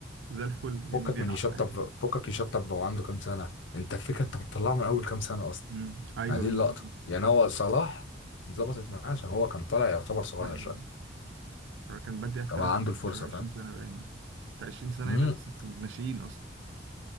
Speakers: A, on the right; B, on the left.
A: زي الفل
B: فكك
A: يعني بيلعب
B: من يشطب
A: عادي
B: فكك يشطب وهو عنده كام سنه انت الفكره انت بتطلعه من اول كام سنه اصلا
A: أمم، ايوه
B: ما دي اللقطه
A: بالظبط
B: يعني هو صلاح انظبطت معاه عشان هو كان طالع يعتبر صغير
A: ايوه
B: شويه
A: أيوة. هو كان بادئ احتراف
B: كان عنده الفرصه
A: شهر 20
B: فاهم
A: سنه باين بتاع 20 سنه
B: امم.
A: هنا لسه في الناشئين اصلا